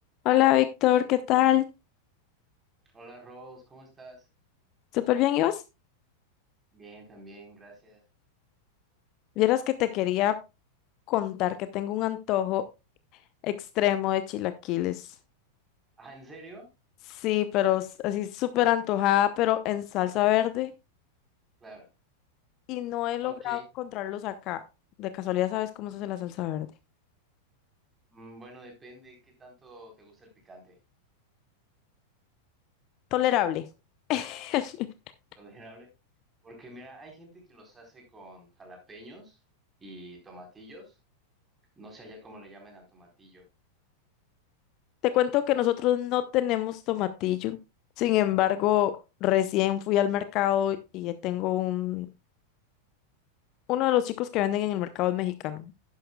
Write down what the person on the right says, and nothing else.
Hola Rose, ¿cómo estás?
Bien, también, gracias.
Ah, ¿en serio?
Claro.
Ok.
Mm, Bueno, depende qué tanto te gusta el picante.
¿Tolerable? Porque mira, hay gente que los hace con jalapeños y tomatillos. No sé allá cómo le llaman al tomatillo.